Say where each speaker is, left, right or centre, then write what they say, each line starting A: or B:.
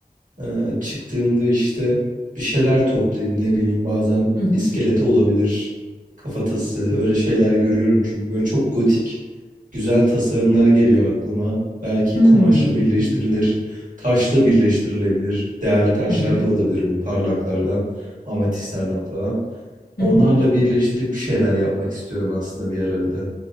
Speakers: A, on the right (about 55°); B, on the left (about 75°).
A: e, çıktığımda işte bir şeyler toplayayım. Ne bileyim bazen
B: hı hı.
A: iskeleti olabilir, kafatası öyle şeyler görüyorum. Çünkü böyle çok gotik güzel tasarımlar geliyor aklıma. Belki
B: Hmm.
A: kumaşla birleştirilir, taşla birleştirilebilir. Değerli taşlar
B: Hı hı.
A: da olabilir bu parlaklardan, amatistlerden falan. Onlarla
B: Hı hı.
A: birleştirip bir şeyler yapmak istiyorum aslında bir ara bir de.